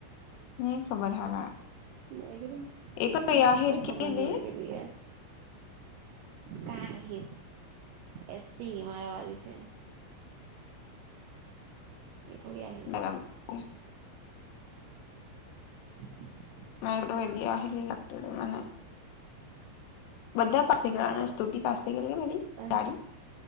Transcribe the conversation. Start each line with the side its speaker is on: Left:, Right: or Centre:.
Left: ની ખબર હારા
Right: મેકીરૂ
Left: એ કોઈ
Right: મને
Left: આહીર
Right: કઈ ખબર
Left: કેદે
Right: ની મળે કીધ યાર. કાય એ એસટી મારા વારી છે. એ થોડી આયવી
Left: બરાબર
Right: છે.
Left: છે
Right: <inaudible>
Left: મેલ એલી અ હલી લાગતડ મને. બધા પાસ થઈ ગયા સ્તુટી પાસ પાસ થઈ ગેલી કે પેલી
Right: અને
Left: જાડી